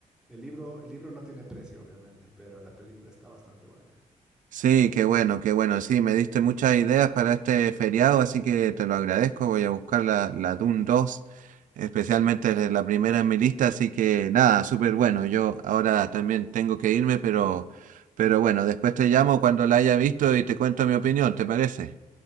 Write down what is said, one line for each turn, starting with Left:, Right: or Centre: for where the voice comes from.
Centre: El libro, el libro no tiene precio, obviamente, pero la película está bastante buena.
Right: Sí, qué bueno, qué bueno. Sí, me diste muchas ideas para este feriado, así que te lo agradezco. Voy a buscar la, la Dune 2, especialmente la la primera en mi lista, así que nada, súper bueno. Yo ahora también tengo que irme, pero, pero bueno, después te llamo cuando la haya visto y te cuento mi opinión, ¿te parece?